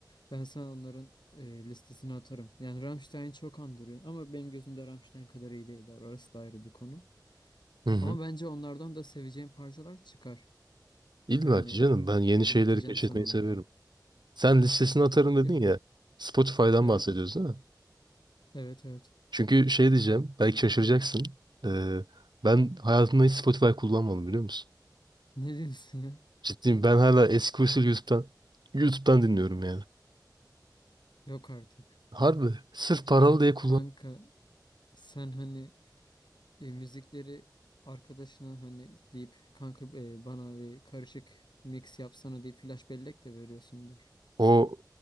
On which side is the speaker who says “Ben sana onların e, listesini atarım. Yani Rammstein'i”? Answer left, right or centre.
Left